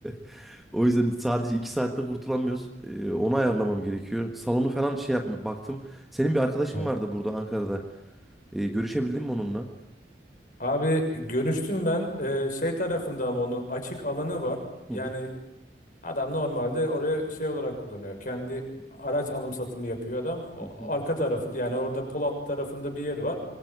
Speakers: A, in the centre; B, on the left.
A: <laughs> O yüzden sadece 2 saatte kurtulamıyoruz. E, onu ayarlamam gerekiyor. Salonu falan şey yapma baktım. Senin bir arkadaşın
B: Hı.
A: vardı burada Ankara'da. E, görüşebildin mi onunla?
B: Abi görüştüm ben Ee, şey tarafında ama onun açık alanı var.
A: Hı
B: Yani
A: hı.
B: Adam normalde oraya şey olarak kullanıyor. Kendi araç alım satımı yapıyor adam. O
A: Hı hı.
B: arka tarafı yani orada Polat tarafında bir yeri var.